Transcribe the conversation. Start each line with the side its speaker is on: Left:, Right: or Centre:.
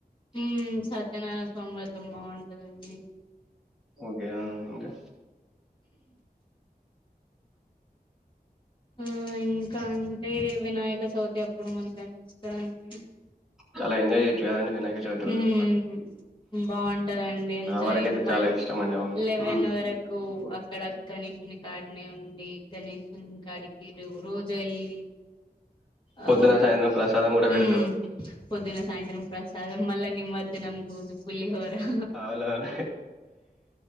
Left: హుమ్మ్ సత్యనారాయణ స్వామి వ్రతం బాగుంటందండి.
Centre: ఓకే. ఆ! ఇంకా
Left: ఆ ఇంకా అంటే వినాయక చవితి, అప్పుడు మంచిగా అనిపిస్తాండి.
Centre: చాలా ఎంజాయ్ చేయొచ్చు కదండీ వినాయక చవితి రోజు.
Left: ఉహ్మ్ బాగుంటందండి ఎంజాయ్
Centre: నా వరకైతే
Left: మల్
Centre: చాలా ఇష్టమండి. అవును.
Left: లె లెవన్
Centre: హ్మ్.
Left: వరకు అక్కడ గణేషుని కాడనే ఉండి గణేషని కాడికి రోజు వెళ్ళి
Centre: పొద్దున,
Left: ఆ
Centre: సాయంత్రం ప్రసాదం గూడా పెడతారు.
Left: ఉమ్ పొద్దున్న సాయంత్రం ప్రసాదం మళ్ళ నిమర్జనం రోజు పులి హోరా
Centre: అవునవును.